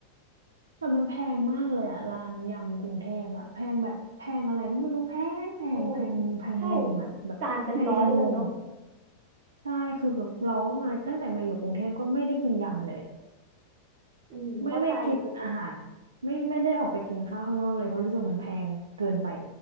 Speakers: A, on the right (about 70°); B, on the right (about 45°).
A: แต่มันแพงมากเลยอะร้านยำกรุงเทพอะแพงแบบแพงอะไรก็ไม่รู้แพงแพงแพงแพงงงอะแบบแพงจนงง
B: โอ้ใช่จานเป็นร้อยเลยเนาะ
A: ใช่คือเรามาตั้งแต่มาอยู่กรุงเทพก็ไม่ได้กินยำเลย
B: อืมเข้าใจ
A: ไม่ไม่กินอาหารไม่ไม่ได้ออกไปกินข้าวข้างนอกเลยเพราะรู้สึกมันแพงเกินไป